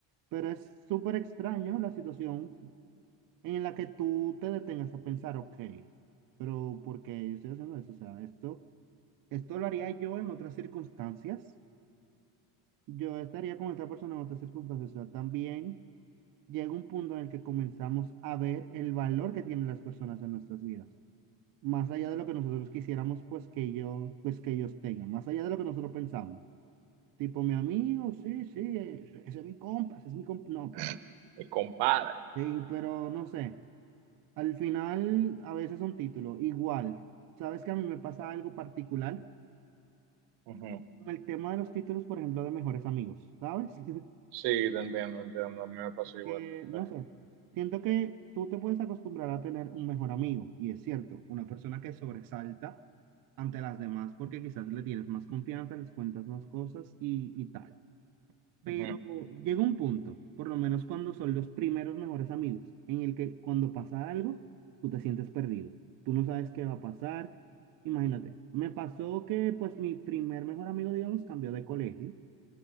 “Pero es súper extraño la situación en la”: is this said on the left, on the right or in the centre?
Right